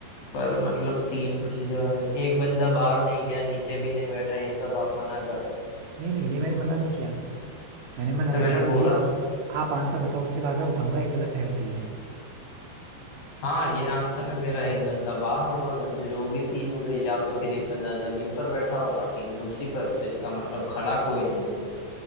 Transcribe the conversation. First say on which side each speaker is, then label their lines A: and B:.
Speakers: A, on the left; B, on the right.
A: पर मतलब तीन कुर्सी ज्यादा है। एक बंदा बाहर नहीं गया नीचे भी नहीं बैठा ये सब आप मना कर रहे हो
B: नहीं नहीं ये मैंने मना नहीं किया मैंने मना
A: तो
B: नहीं
A: मैंने
B: किया मुझे
A: बोला
B: बस आप आंसर बताओ उसके बाद मैं बताऊंगा ये गलत है या सही है
A: हाँ ये आंसर है मेरा एक बंदा बाहर होगा घर में लोग ही तीन हो गए या तो फिर एक बंदा जमीन पर बैठा होगा तीन कुर्सी पर तो इसका मतलब खड़ा कोई नहीं है